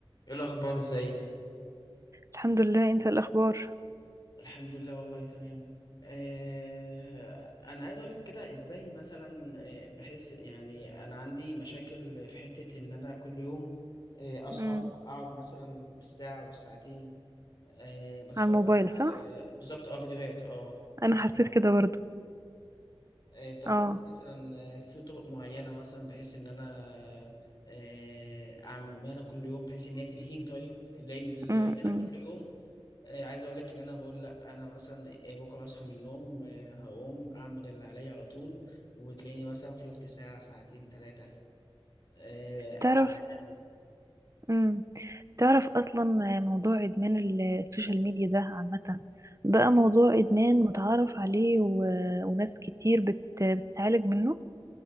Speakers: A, on the left; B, on the right.
A: ايه الاخبار ازيك
B: الحمد لله انت الاخبار
A: الحمد لله والله تمام آه انا عايز اقول لك كده ازاي مثلا آه، بحس يعني انا عندي مشاكل في حتة ان انا كل يوم آه، اصحى
B: امم
A: اقعد مثلا بالساعة والساعتين آه بتفرج
B: على الموبايل
A: على
B: صح
A: بالظبط اه فيديوهات اه
B: انا حسيت كده برضو
A: آه، طب
B: اه
A: قولي لي مثلا آه، في طرق معينة مثلا بحيث ان انا آه، اعملها كل يوم بحيث ان هي تلهيني طيب لان
B: امم
A: لان انا كل يوم إيه، عايز اقول لك ان انا بقول لا انا مثلا إيه، بكره هصحى من النوم إيه، هقوم اعمل اللي عليا على طول وتلاقيني مثلا فلت ساعه ساعتين ثلاثه اعمل
B: تعرف
A: قلب.
B: امم تعرف اصلا موضوع ادمان ال- السوشيال ميديا ده عامه بقى موضوع ادمان متعارف عليه و... وناس كتير بت... بتتعالج منه